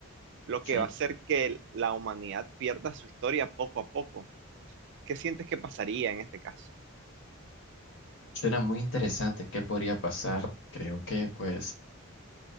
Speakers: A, on the right (about 55°); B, on the left (about 55°).
A: Lo
B: sí,
A: que va a hacer que la humanidad pierda su historia poco a poco. ¿Qué sientes que pasaría en este caso?
B: Suena muy interesante. ¿Qué podría pasar? Creo que, pues.